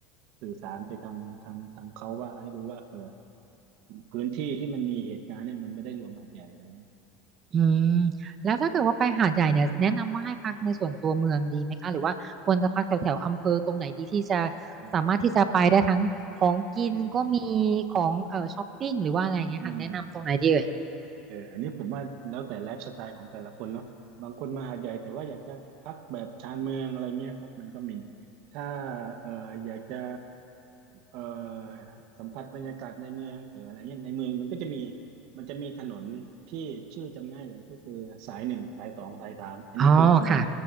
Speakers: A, on the right; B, on the right.
A: สื่อสารไปทางทางทางเขาว่าให้รู้ว่าเออพื้นที่ที่มันมีเหตุการณ์เนี่ยมันไม่ได้รวมหาดใหญ่อะไรเงี้ย
B: อืมแล้วถ้าเกิดว่าไปหาดใหญ่เนี่ยแนะนำว่าให้พักในส่วนตัวเมืองดีไหมคะหรือว่าควรจะพักแถวแถวอำเภอตรงไหนดีที่จะ
A: อืมเออ
B: สามารถที่จะไปได้ทั้งของกินก็มี
A: อืม
B: ของเอ่อช้อปปิ้งหรือว่าอะไรเงี้ยค่ะแนะนำตรงไหนดีเอ่ย
A: อืม เอออันนี้ผมว่าแล้วแต่ไลฟ์สไตล์ของแต่ละคนเนาะบางคนมาหาดใหญ่แต่ว่าอยากจะพักแบบชานเมืองอะไรเงี้ยครับมันก็มี ถ้าเอออยากจะ เอ่อสัมผัสบรรยากาศในเมืองเอออะไรเงี้ยในเมืองมันก็จะมีมันจะมีถนนที่ชื่อจำง่ายเลยก็คือสายหนึ่งสายสองสายสามอันนี้คือถนน
B: อ๋อค่ะ